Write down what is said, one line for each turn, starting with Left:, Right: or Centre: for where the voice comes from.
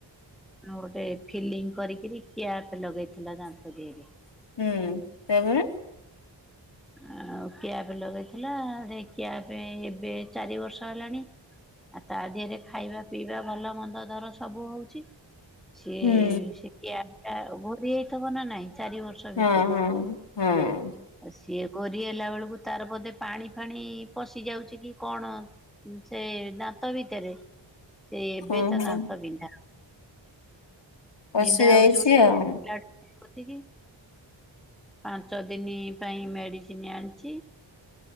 Centre: ମୁଁ ଗୋଟେ ଫିଲିଙ୍ଗ କରିକି କ୍ୟାପ ଲଗେଇ ହେଲା ଦାନ୍ତ ଦିହରେ।
Left: ହୁଁ ତାପରେ।
Centre: ଆଉ। କ୍ୟାପ ଲଗେଇଥିଲା କ୍ୟାପ୍ ଏବେ ଚାରି ବର୍ଷ ହେଲାଣି। ଆଉ ତା ଦିହରେ ଖାଇବା ପିଇବା ଭଲ ମନ୍ଦ ଧର ସବୁ ହଉଛି ସିଏ
Left: ହୁଁ
Centre: ସେ କ୍ୟା ହେଟା ଘୋରି ହେଇଥିବ ନା ନାଇଁ ଚାରି ବର୍ଷ।
Left: ହଁ
Centre: ଭିତରେ।
Left: ହଁ। ହଁ
Centre: ଆଉ ସିଏ କୋରି ହେଲା ବେଳକୁ ତାର ବୋଧେ ପାଣି ଫାଣି ପଶି ଯାଉଛି କି କଣ। ସେ ଦାନ୍ତ ଭିତରେ। ଏ ଏବେ
Left: ଓହୋ
Centre: ତା ଦାନ୍ତ ବିନ୍ଧା
Left: ପଶି
Centre: ବିନ୍ଧା
Left: ଯାଇଛି
Centre: ହଉଛି ବୋଲିକି।
Left: ଆଉ।
Centre: ପୋତିକି। ପାଞ୍ଚ ଦିନ ପାଇଁ ମେଡିସିନ ଆଣିଚି।